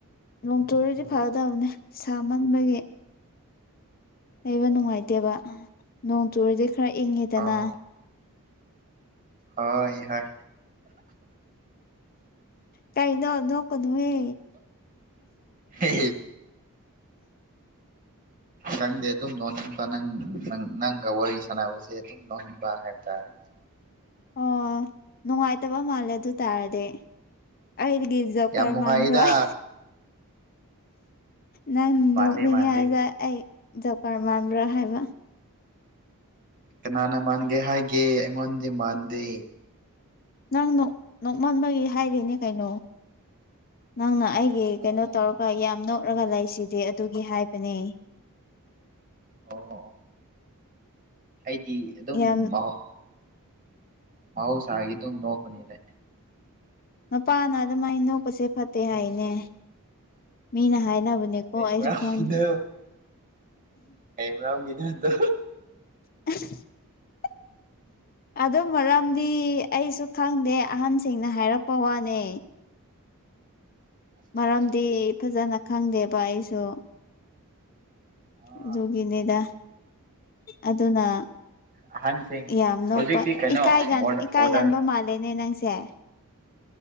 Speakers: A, on the left; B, on the right.
A: ꯅꯣꯡ ꯇꯨꯗꯤ ꯐꯒꯗꯕꯅꯦ ꯁꯥ ꯃꯟꯕꯒꯤ ꯂꯩꯕ
B: ꯑꯣ
A: ꯅꯨꯡꯉꯥꯏꯇꯦꯕ ꯅꯣꯡ ꯆꯨꯔꯗꯤ ꯈꯔ ꯏꯪꯉꯤꯗꯅ
B: ꯑꯣ ꯍꯣꯏ ꯍꯣꯏ
A: ꯀꯥꯏꯩꯅꯣ ꯅꯣꯛꯀ ꯅꯨꯍꯦ
B: ꯍ ꯈꯪꯗꯦ ꯑꯗꯨꯝꯗꯣ ꯅꯪ ꯄ ꯅꯪ ꯅꯪ ꯅꯪꯒ ꯋꯥꯔꯤ ꯁꯥꯟꯅꯕꯁꯦ ꯑꯗꯨꯝ ꯅꯍꯟꯕ ꯍꯥꯏꯕ ꯇꯥꯔꯦꯅꯦ
A: ꯑꯣ ꯅꯨꯡꯉꯥꯏꯇꯕ ꯃꯥꯜꯂꯦ ꯑꯗꯨ ꯇꯔꯗꯤ ꯑꯩꯗꯒꯤꯖꯕꯀꯔꯃꯥꯟꯗꯣꯏ
B: ꯌꯥꯝ ꯅꯨꯡꯉꯥꯏꯗ
A: ꯅꯪꯅꯤꯡꯉꯦ
B: ꯃꯥꯟꯗꯦ ꯃꯥꯟꯗꯦ
A: ꯍꯥꯏꯖ ꯑꯩ ꯖꯕꯀꯔ ꯃꯥꯟꯕ꯭ꯔꯥ ꯍꯥꯏꯕ
B: ꯀꯅꯥꯅ ꯃꯥꯟꯒꯦ ꯍꯥꯏꯒꯦ ꯑꯩꯉꯣꯟꯗꯤ ꯃꯥꯟꯗꯦ
A: ꯅꯪ ꯅꯣꯛꯃꯟꯕꯒꯤ ꯍꯥꯏꯔꯤꯅꯦ ꯀꯩꯅꯣ ꯅꯪꯅ ꯑꯩꯒꯤ ꯀꯩꯅꯣ
B: ꯑꯣ
A: ꯇꯧꯔꯒ ꯌꯥꯝ ꯅꯣꯛꯂꯒ ꯂꯩꯁꯤꯗꯤ ꯑꯗꯨꯒꯤ ꯍꯥꯏꯕꯅꯦ
B: ꯑꯣ ꯑꯩꯗꯤ ꯑꯗꯨꯝ
A: ꯌꯥꯝ
B: ꯃꯍ ꯃꯎꯁꯒ ꯑꯗꯨ ꯅꯣꯛꯄꯅꯤꯗ
A: ꯅꯨꯄꯥꯅ ꯑꯗꯨꯃꯥꯏꯅ ꯅꯣꯛꯄꯁꯦ ꯐꯠꯇꯦ ꯍꯥꯏꯅꯦ ꯃꯤꯅ ꯍꯥꯏꯅꯕ ꯅꯤꯀꯣ
B: ꯀꯩ
A: ꯑꯏꯁꯨꯈꯦ
B: ꯃꯔꯝꯒꯤꯅꯣ ꯀꯩ ꯔꯝ ꯀꯗꯠꯇ
A: <unintelligible> ꯑꯗꯨ ꯃꯔꯝꯗꯤ ꯑꯩꯁꯨ ꯈꯪꯗꯦ ꯑꯍꯟꯁꯤꯡꯅ ꯍꯥꯏꯔꯛꯄ ꯋꯥꯅꯦ ꯃꯔꯝꯗꯤ
B: ꯑꯣ
A: ꯐꯖꯅ ꯈꯪꯗꯦꯕ ꯑꯩꯁꯨ
B: ꯑꯥ
A: ꯑꯗꯨꯒꯤꯅꯦꯗ ꯑꯗꯨꯅ
B: ꯑꯍꯟꯁꯤꯡ
A: ꯌꯥꯝ ꯅꯄ
B: ꯍꯧꯖꯤꯛꯇꯤ ꯀꯩꯅꯣ
A: ꯏꯀꯥꯏꯒꯥꯟ ꯏꯀꯥꯏꯒꯥꯟꯕ
B: ꯃꯣꯗꯔꯟ
A: ꯃꯥꯜꯂꯦꯅꯦ ꯅꯪ ꯁꯦ